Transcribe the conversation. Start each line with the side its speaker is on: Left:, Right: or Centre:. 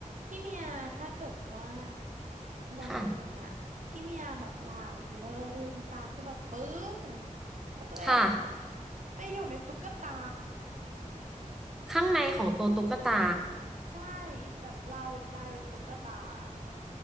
Right: พี่เมียถ้าเกิดว่าวันหนึ่งอะพี่เมียแบบหลับอยู่แล้วลืมตาขึ้นมาปึ้ง
Centre: ค่ะ
Right: แล้วตัวเอง
Centre: ค่ะ
Right: ไปอยู่ในตุ๊กตา
Centre: ข้างในของตัวตุ๊กตา
Right: ใช่แบบเรากลายเป็นตุ๊กตาค่ะ